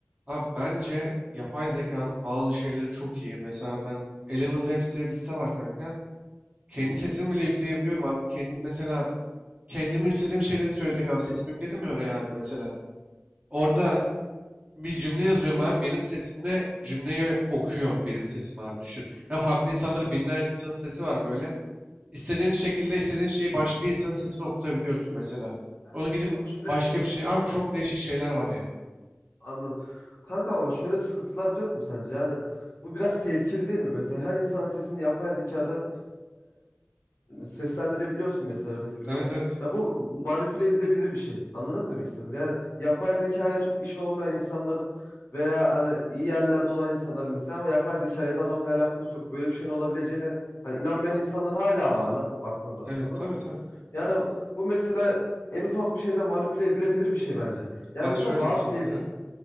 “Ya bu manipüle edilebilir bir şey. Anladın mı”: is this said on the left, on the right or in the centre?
Left